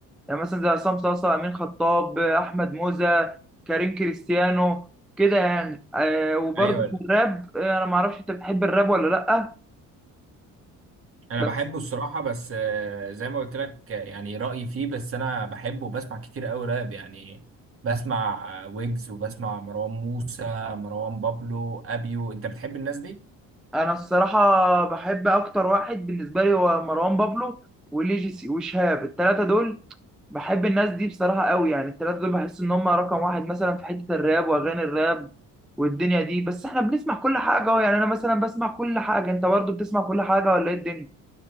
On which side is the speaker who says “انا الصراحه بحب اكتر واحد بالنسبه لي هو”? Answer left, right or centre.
Centre